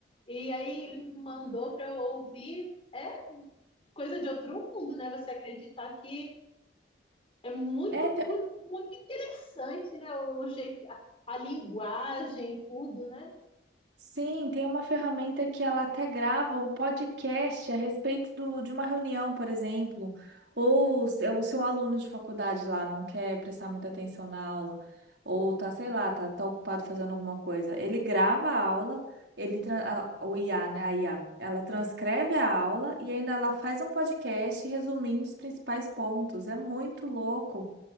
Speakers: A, on the left (about 30°); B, on the right (about 70°).
A: e aí ele mandou para eu ouvir. É coisa de outro mundo, né? Você acreditar que é muito,
B: É, te-
A: muito interessante, né? O jeito, a, a linguagem, tudo, né?
B: Sim, tem uma ferramenta que ela até grava um podcast a respeito do, de uma reunião, por exemplo, ou se é o seu aluno de faculdade lá não quer prestar muita atenção na aula, ou tá, sei lá, tá, tá ocupado fazendo alguma coisa. Ele grava a aula, ele, tran- a- o IA, né, a IA, ela transcreve a aula e ainda ela faz um podcast resumindo os principais pontos. É muito louco.